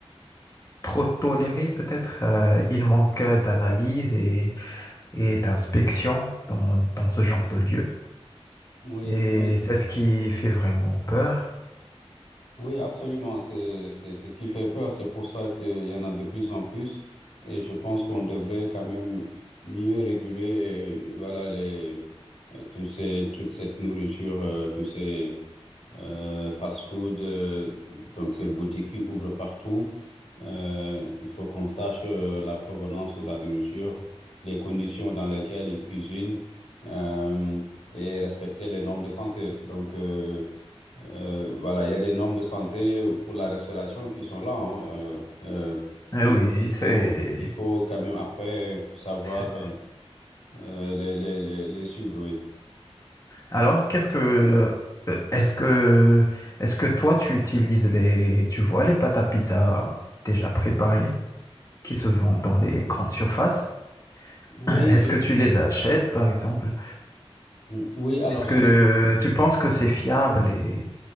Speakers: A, on the left; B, on the left.
A: trop toléré peut-être. Euh, il manque d'analyse et et d'inspection dans, dans ce genre de lieu.
B: oui,
A: Et
B: oui.
A: c'est ce qui fait vraiment peur.
B: Oui, absolument. C'est, c'est ce qui fait peur. C'est pour ça qu'il y en a de plus en plus. Et je pense qu'on devrait quand même mieux réguler, euh, voilà, les, euh, tous ces, toute cette nourriture, euh, tous ces euh, fast-food, euh, donc ces boutiques qui ouvrent partout. Euh, il faut qu'on sache euh, la provenance de la nourriture, les conditions dans lesquelles ils cuisinent, euh, et respecter les normes de santé. Donc, euh, euh, voilà, il y a des normes de santé pour la restauration qui sont là. hein. Euh, euh,
A: Eh
B: il
A: oui,
B: il
A: c'est...
B: faut, il faut quand même après savoir
A: c'est-
B: euh, euh, les, les, les, les suivre, oui.
A: Alors, qu'est-ce que... euh, Est-ce que... Est-ce que toi, tu utilises les... Tu vois les pâtes à pizza déjà préparées qui se vendent dans les grandes surfaces?
B: Oui,
A: <clears throat> Est-ce
B: je,
A: que tu
B: je
A: les
B: les fais.
A: achètes, par exemple?
B: Mm, Oui, alors,
A: Est-ce
B: ce-
A: que tu penses que c'est fiable et,